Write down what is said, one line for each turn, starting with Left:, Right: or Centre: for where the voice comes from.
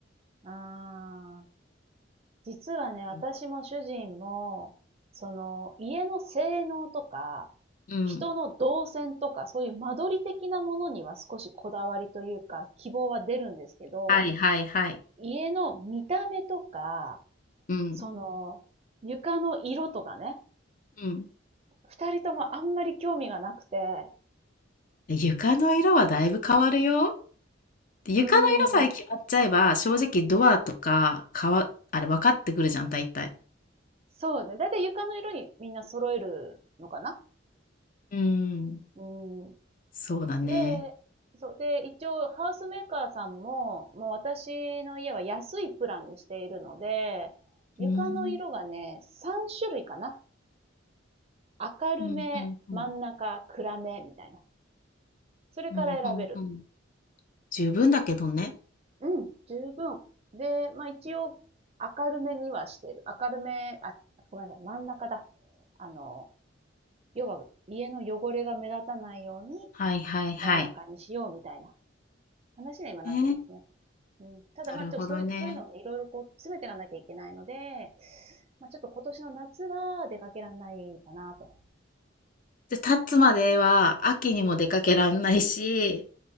Right: ああ、実はね、私も主人も、
Left: うん。
Right: その、家の性能とか、
Left: うん。
Right: 人の動線とか、そういう間取り的なものには少しこだわりというか、希望は出るんですけど、
Left: はいはいはい。
Right: 家の見た目とか、
Left: うん。
Right: その、床の色とかね、
Left: うん。
Right: 二人ともあんまり興味がなくて、
Left: 床の色はだいぶ変わるよ。で、床の色さえ決まっちゃえば、
Right: うーん、
Left: 正直ドアとか、かわあれ分かってくるじゃん、大体。
Right: そうね。だいたい床の色にみんな揃えるのかな
Left: うん。
Right: うん、
Left: そうだね。
Right: で、そう。で、一応、ハウスメーカーさんも、もう私の家は安いプランにしているので、床の色がね、
Left: うん。
Right: 3種類かな。明るめ、
Left: うん、うんうん。
Right: 真ん中、暗め、みたいな。それから選べる。
Left: うん、うんうん。十分だけどね。
Right: うん、十分。で、まあ一応、明るめにはしてる。明るめ、あ、ごめんなさい、真ん中だ。あの、要は、家の汚れが目立たないように、
Left: はいはいはい。
Right: 真ん中にしようみたいな話に今なってますね。
Left: ええ、
Right: うん、ただまあ、
Left: なるほどね。
Right: ちょっとそういう、そういうのをね、いろいろこう詰めていかなきゃいけないので、まあ、ちょっと今年の夏は出かけられないかなと。
Left: で、立つまでは秋にも出かけらんないし、